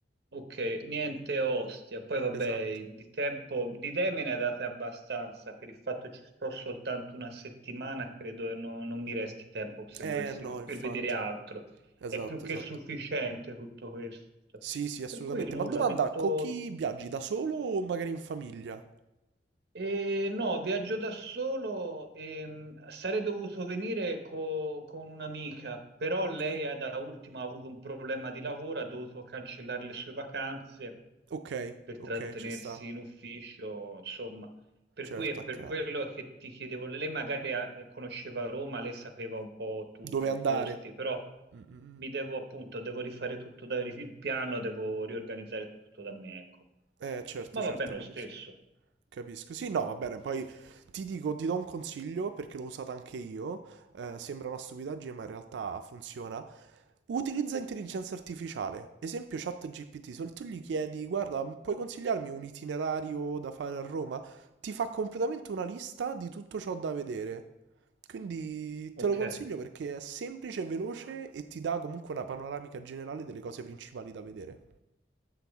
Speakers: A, on the right; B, on the right.
A: Ok, niente Ostia. Poi vabbè,
B: Esatto.
A: di tempo, di idee me ne date abbastanza, per il fatto ci sto soltanto una settimana, credo che no- non mi resti tempo se
B: Eh
A: volessi,
B: no, infatti.
A: per vedere altro.
B: Esatto,
A: È più che
B: esatto.
A: sufficiente tutto questo.
B: Sì, sì, assolutamente.
A: Per cui nulla,
B: Ma domanda,
A: metto
B: con chi viaggi? Da solo o magari in famiglia?
A: Eh, no, viaggio da solo, ehm, sarei dovuto venire co- con un'amica, però
B: Ok.
A: lei ha- da ultimo ha avuto un problema di lavoro, ha dovuto cancellare le sue vacanze
B: Ok,
A: per
B: ok,
A: trattenersi
B: ci sta.
A: in ufficio, insomma, per
B: Certo,
A: cui è per
B: accade.
A: quello che ti chiedevo, lei magari ha- conosceva Roma, lei sapeva un po' tutto,
B: Dove
A: i
B: andare?
A: posti, però
B: Mm, mm,
A: mi
B: mm.
A: devo appunto, devo rifare tutto da, il piano, devo riorganizzare tutto da me, ecco.
B: Eh, certo,
A: Ma
B: certo,
A: va bene
B: capisco.
A: lo stesso,
B: Capisco. Sì, no, va bene. Poi ti dico, ti do un consiglio perché l'ho usata anche io. eh, sembra una stupidaggine, ma in realtà funziona. Utilizza intelligenza artificiale. Esempio ChatGPT. Se tu gli chiedi, guarda, puoi consigliarmi un itinerario da fare a Roma? Ti fa completamente una lista di tutto ciò da vedere. Quindi
A: ok.
B: te lo consiglio perché è semplice, veloce e ti dà comunque una panoramica generale delle cose principali da vedere.